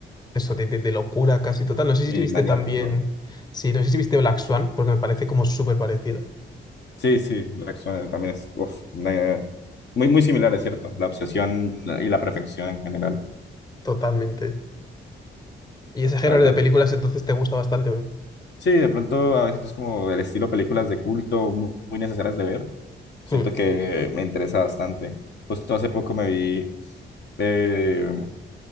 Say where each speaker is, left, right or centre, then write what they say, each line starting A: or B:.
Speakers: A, on the left; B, on the left.
A: eso, de, de- de locura casi total. No sé
B: y
A: si viste
B: Maniático.
A: también, sí, no sé si viste Black Swan, porque me parece como súper parecida,
B: Sí, sí, Black Swan también es uf, una- muy, muy similar, es cierto, la obsesión y la perfección en general,
A: totalmente. Y ese género
B: la verdad.
A: de películas entonces te gusta bastante. ¿ve?
B: Sí, de pronto a veces como el estilo películas de culto mu- muy, necesarias de ver, siento
A: Hmm,
B: que me interesa bastante. Justo hace poco me vi eh,